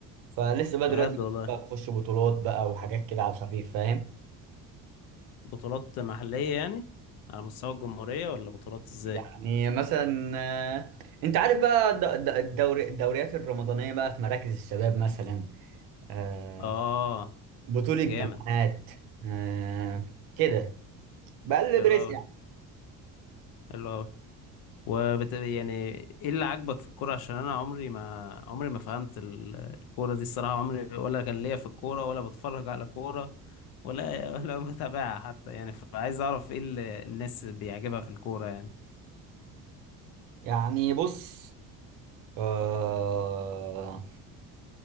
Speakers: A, on the right; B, on the left.
A: فلسه بقى دلوقتي
B: بجد
A: بس
B: والله
A: بقى بخش بطولات بقى وحاجات كده على الخفيف فاهم
B: بطولات محلية يعني على مستوى الجمهورية ولا بطولات ازاي
A: يعني مثلا آه، انت عارف بقى الد- الد- الدوري الدوريات الرمضانيه بقى في مراكز الشباب مثلا آه،
B: اه
A: بطوله
B: جامد
A: جامعات آه، كده بقلب
B: حلو
A: رزق
B: اوي
A: يعني.
B: حلو اوي وبت... يعني ايه اللي عاجبك في الكوره عشان انا عمري ما عمري ما فهمت ال- الكوره دي الصراحه عمري ولا كان ليا في الكوره ولا بتفرج على كوره ولا <laughs> ولا بتابعها حتى يعني فعايز اعرف ايه اللي الناس بيعجبها في الكوره يعني
A: يعني بص آه